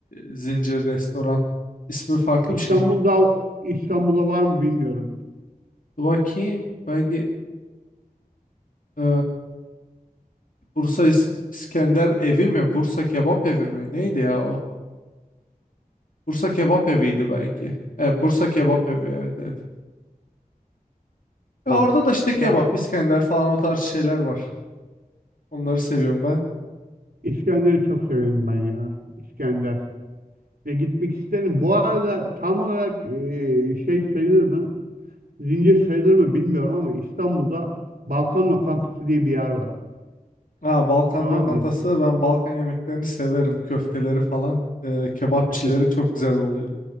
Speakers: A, on the left; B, on the right.
A: e, zincir restoran. İsmi farklı
B: İstanbul'da
A: bir şey mi?
B: İstanbul'da var mı bilmiyorum.
A: Dur bakayım. Belki e, Bursa İs- İskender evi mi? Bursa Kebap evi mi? Neydi ya o? Bursa Kebap eviydi belki. Evet, Bursa Kebap evi evet evet. Ya
B: Evet.
A: orada da işte
B: Ya
A: kebap, İskender falan o tarz şeyler var. Onları seviyorum ben.
B: İskender'i çok severim ben ya. İskender. Ve gitmek isterim. Bu arada tam olarak e, şey sayılır mı? Zincir sayılır mı bilmiyorum ama İstanbul'da Balkan Lokantası diye bir yer var.
A: Aa, Balkan
B: Tamam
A: lokantası
B: mı?
A: ben Balkan yemeklerini severim. Köfteleri falan. e, kebapçileri
B: Evet.
A: çok güzel oluyor.